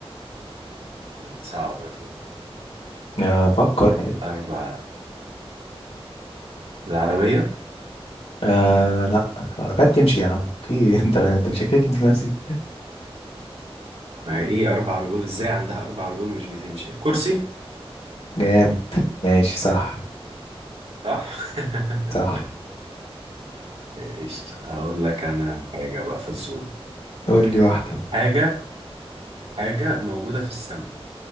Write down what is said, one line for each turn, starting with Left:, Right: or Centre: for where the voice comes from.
Right: صعبة دي
Left: أفكر
Right: اربع العربية
Left: آه لا العربية بتمشي يا عم في <laughs> إيه؟ أنت أنت مشكك أنت في نفسي
Right: ما هي ايه اربع رجول ازاي عندها اربع رجول ومش بتمشي الكرسي
Left: جامد ماشي صح
Right: صح
Left: صح
Right: <laughs> ايش اقول لك انا حاجة بقى فزورة
Left: قول لي واحدة
Right: حاجة حاجة موجودة في السماء